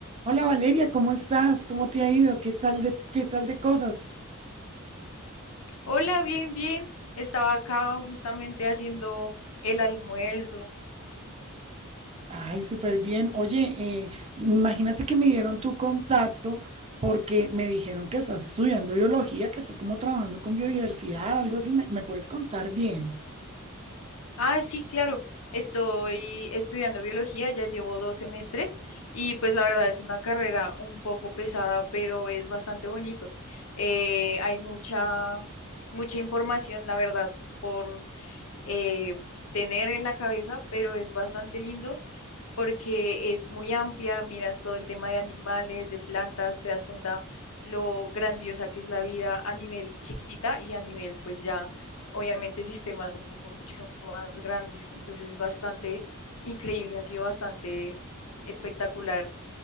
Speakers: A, on the right; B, on the left.
A: Hola Valeria, ¿cómo estás? ¿Cómo te ha ido? ¿Qué tal de, qué tal de cosas?
B: Hola, bien, bien. Estaba acá justamente haciendo el almuerzo.
A: Ay, súper bien. Oye, eh, imagínate que me dieron tu contacto porque me dijeron que estás estudiando biología, que estás como trabajando con biodiversidad, algo así. ¿Me, me puedes contar bien?
B: Ah, sí, claro. Estoy estudiando biología, ya llevo dos semestres y pues la verdad es una carrera un poco pesada, pero es bastante bonito. Eh, hay mucha, mucha información, la verdad, por eh, tener en la cabeza, pero es bastante lindo. porque es muy amplia, miras todo el tema de animales, de plantas, te das cuenta lo grandiosa que es la vida a nivel chiquitita y a nivel, pues ya, obviamente, sistemas mucho más grandes. Entonces es bastante increíble, ha sido bastante espectacular